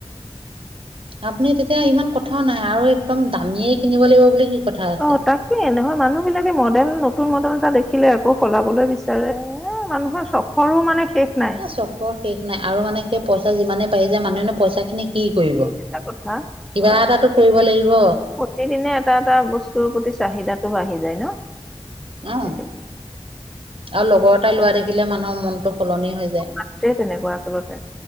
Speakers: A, on the right (about 60°); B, in the centre.
A: আপুনি তেতিয়া ইমান কথাও নাই আৰু একদম দামীয়ে কিনিব লাগিব বুলি কি কথা আছে
B: অ তাকে নহয় মানুহ বিলাকে মডেল নতুন মডেল এটা দেখি দেখিলে আকৌ সলাবলৈ বিচাৰে মানুহৰ চখৰো মানে শেষ নাই
A: এ চখৰ শেষ নাই আৰু মানে সেই পইচা যিমানেই বাঢ়ি যায় মানুহে পইচা খিনি কি কৰিব
B: সেইটো
A: কিবা
B: এটা কথা অ
A: এটাটো কৰিব লাগিব
B: প্ৰতিদিনে এটা এটা বস্তুৰ প্ৰতি চাহিদাটো বাঢ়ি যায় ন
A: অ আৰু
B: সেইটো
A: লগৰ এটাই লোৱা দেখিলে মানুহৰ মনটো সলনি হৈ যায়
B: মাতে তেনেকুৱা আচলতে